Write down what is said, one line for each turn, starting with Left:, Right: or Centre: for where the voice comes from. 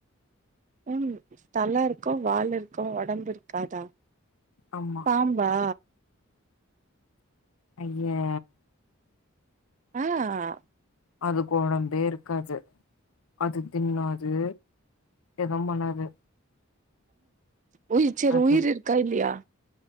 Right: உம் தல இருக்கு வால் இருக்கு ஒடம்பு இருக்காதா
Left: ஆமா
Right: பாம்பா
Left: ஐய்யா
Right: ஆஹ்
Left: அதுக்கு ஒடம்பே இருக்காது அது தின்னாது எதும் பண்ணாது
Right: உயி சரி
Left: அது
Right: உயிர் இருக்கா இல்லையா